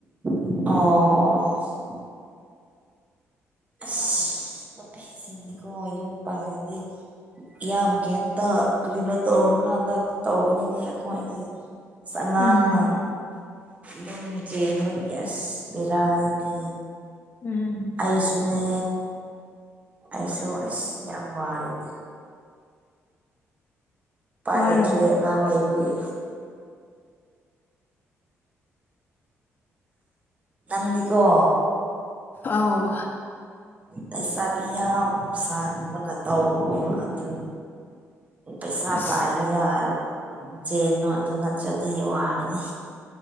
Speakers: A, on the right; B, on the left.
A: ꯑꯧ ꯑꯣ ꯑꯣ ꯑꯁ ꯅꯨꯄꯤ ꯖꯤꯗꯤꯀꯣ ꯌꯨꯝ ꯄꯥꯜꯂꯗꯤ ꯌꯥꯝ ꯒ꯭ꯌꯥꯟ ꯇꯥ ꯀꯔꯤꯅꯣ ꯇꯧꯔꯀꯥꯟꯗ ꯇꯧꯕꯅꯤꯅꯦ ꯑꯈꯣꯏꯒꯤ ꯑꯁ ꯑꯉꯥꯡꯅ
B: ꯎꯝ
A: ꯗꯨꯝ ꯆꯦꯟꯕꯒꯤ ꯑꯁ ꯕꯦꯔꯥꯅꯤꯅꯦ
B: ꯎꯝ
A: ꯑꯩꯁꯨꯅꯦ ꯑꯩꯁꯨ ꯑꯁ ꯌꯥꯝ ꯋꯥꯔꯦꯅꯦ ꯄꯥꯏ
B: ꯋꯥꯔꯕꯣ
A: ꯂꯩꯇ꯭ꯔꯦ ꯑꯉꯥꯡ ꯂꯩꯕꯒꯤ ꯅꯪꯗꯤꯀꯣ
B: ꯑꯧ
A: ꯂꯩꯁꯥꯕꯤ ꯌꯥꯝ ꯁꯥꯅꯤꯡꯕꯅ ꯇꯧ ꯑꯗꯨ ꯄꯩꯁꯥ
B: ꯑꯁ
A: ꯄꯥꯏꯔꯒ ꯆꯦꯟꯅꯣ ꯑꯗꯨ ꯅꯠꯇ꯭ꯔꯗꯤ ꯋꯥꯒꯅꯤ